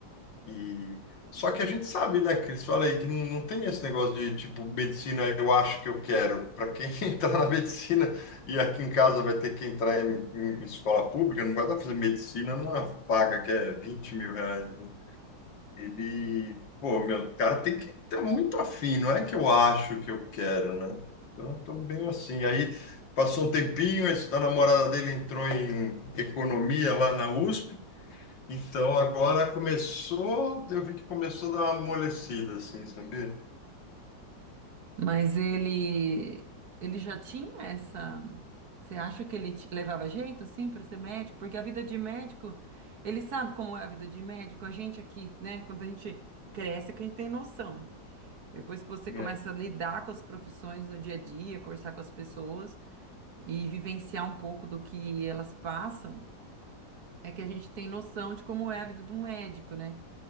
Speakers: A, on the left (about 80°); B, on the right (about 60°).
A: E só que a gente sabe, né, Que eles falam aí que não, não tem esse negócio de tipo medicina, eu acho que eu quero. Para quem <laughs> entrar na medicina e aqui em casa vai ter que entrar em, em escola pública, não vai dar pra fazer medicina numa paga que é vinte mil reais. né? Ele, pô, meu, o cara tem que estar muito afim, não é que eu acho que eu quero, né? Então, eu tô bem assim. Aí passou um tempinho, esse- a namorada dele entrou em economia lá na USP. Então, agora começou, eu vi que começou a dar uma amolecida, assim, sabia?
B: Mas ele ele já tinha essa. Você acha que ele te- levava jeito, sim, para ser médico? Porque a vida de médico, ele sabe como é a vida de médico. A gente aqui, né? Quando a gente cresce, é que a gente tem noção, né? Depois que você começa
A: É,
B: a lidar com as profissões no dia a dia, conversar com as pessoas e vivenciar um pouco do que elas passam, é que a gente tem noção de como é a vida de um médico, né?